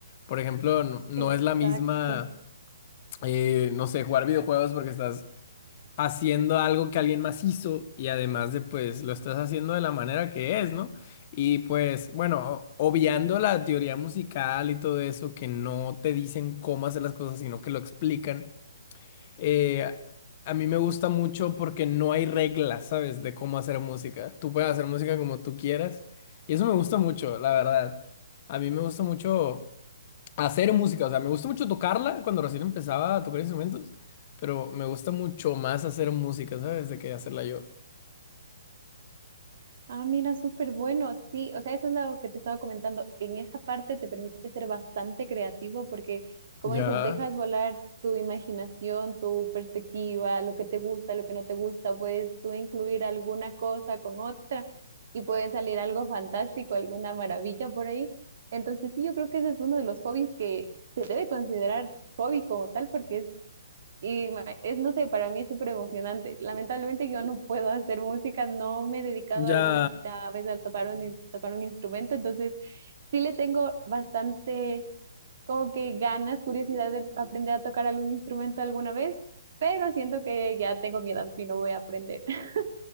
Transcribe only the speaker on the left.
Por ejemplo, no, no
es la misma, eh, no sé, jugar videojuegos porque estás haciendo algo que alguien más hizo y además de, pues, lo estás haciendo de la manera que es, ¿no? Y pues, bueno, o- obviando la teoría musical y todo eso, que no te dicen cómo hacer las cosas, sino que lo explican eh, a mí me gusta mucho porque no hay reglas, ¿sabes? De cómo hacer música. Tú puedes hacer música como tú quieras. Y eso me gusta mucho, la verdad. A mí me gusta mucho hacer música. O sea, me gusta mucho tocarla cuando recién empezaba a tocar instrumentos. Pero me gusta mucho más hacer música, ¿sabes? De que hacerla yo.
Ya,
ya.